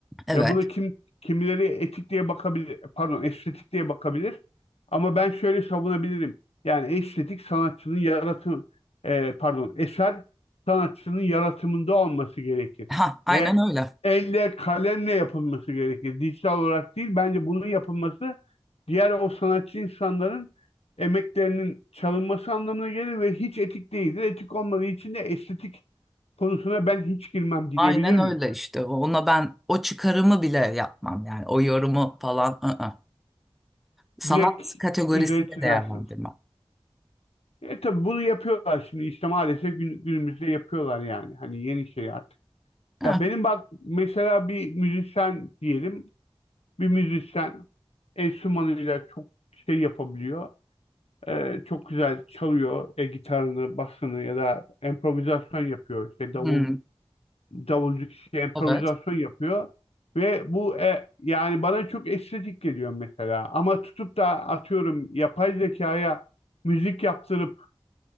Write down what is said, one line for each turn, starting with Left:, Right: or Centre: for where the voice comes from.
Centre: Evet.
Left: Ve bunu kim kimileri etik diye bakabilir, pardon estetik diye bakabilir. Ama ben şöyle savunabilirim. Yani estetik sanatçının yaratım, e, pardon eser sanatçının yaratımında olması gerekir.
Centre: Ha aynen
Left: Ve
Centre: öyle.
Left: elle kalemle yapılması gerekir. Dijital olarak değil bence bunun yapılması diğer o sanatçı insanların emeklerinin çalınması anlamına gelir ve hiç etik değildir. Etik olmadığı için de estetik konusuna ben hiç girmem diyebilir
Centre: Aynen
Left: miyim?
Centre: öyle işte. Ona ben o çıkarımı bile yapmam yani. O yorumu falan ı-ı. Sanat
Left: Direkt
Centre: kategorisinde
Left: üzeri çizersiniz.
Centre: değerlendirmem.
Left: E tabii bunu yapıyorlar şimdi işte maalesef gün- günümüzde yapıyorlar yani. Hani yeni şey artık.
Centre: Ha.
Left: Ya benim bak mesela bir müzisyen diyelim. Bir müzisyen enstrümanıyla çok şey yapabiliyor. E, çok güzel çalıyor e, gitarını, basını ya da improvizasyon yapıyor. İşte
Centre: hmm,
Left: davul davulcu kişi improvizasyon
Centre: evet.
Left: yapıyor ve bu e, yani bana çok estetik geliyor mesela ama tutup da atıyorum yapay zekaya müzik yaptırıp